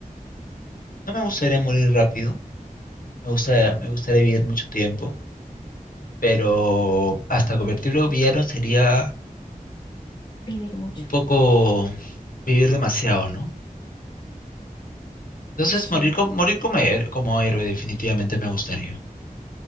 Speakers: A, on the left (about 70°); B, on the left (about 30°).
A: No me gustaría morir rápido, me gusta, me gustaría vivir mucho tiempo, pero hasta convertirme en villano sería
B: Vivir mucho.
A: un poco vivir demasiado, ¿no? Entonces
B: Sí,
A: morir, co- morir como, her- como héroe definitivamente me gustaría.